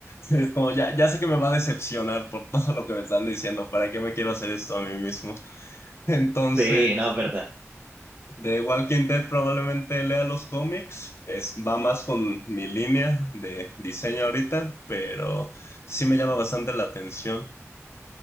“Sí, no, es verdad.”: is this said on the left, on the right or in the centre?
Right